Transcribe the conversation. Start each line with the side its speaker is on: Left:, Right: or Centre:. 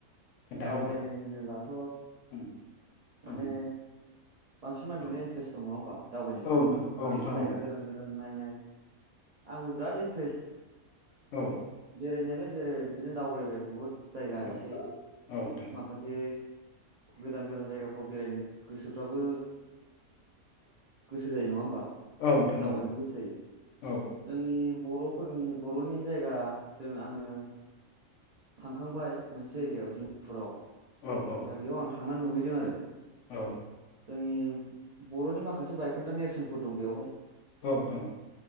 Left: खोन्थाग्रोदो
Right: दावबायनाय
Left: दे।
Right: होनोब्लाथ'
Left: उम उम
Right: माने बांसिन मानसियानो
Left: औ
Right: इन्टारेस दङ नङा होमबा? दावबायनायफ्राव
Left: औ नोंथां औ नोंथां
Right: जायगा
Left: औ
Right: गोदान गोदान नायनाय आंबो बिराद इन्टारेस्ट
Left: औ
Right: बेरायनायालाय बेरायो बिदिनो दावबायबाय बुहुद जायगा एसे
Left: औ औ नोंथां
Right: माखासे गोदान गोदान जायगाफ्राव बेरायनो गोसो फ्रावबो गोसो जायो नङा होमबा
Left: औ नोंथां
Right: दावबायनोबो
Left: औ
Right: गोसो जायो
Left: औ
Right: जोंनि बर'फोरनि बर'नि जायगा जों आङो थांखांबाय मोनसे जायगायाव दि फुराव जोंना
Left: औ औ
Right: बेयाव आं थांना नुहै दों आरो
Left: औ
Right: जोंनि बर'नि माखासे बाइक खोनदा नेरसोनफोर दं बेयावहाय
Left: नोंथां औ